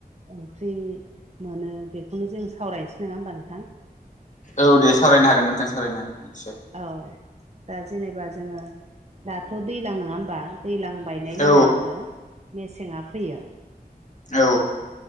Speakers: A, on the right (about 45°); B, on the left (about 50°).
A: ओंख्रि मोनो बेखौनो जों सावरायनोसै नङा होमबा नोंथां?
B: औ दे सावरायनो हागोन नोंथां सावरायनो हागोन निस्यय।
A: औ दा जेनेबा जोङो दाथ' दैलां नङा होनबा दैलां बायनाय लोगो
B: औ
A: लोगो मेसेंआ फैयो।
B: औ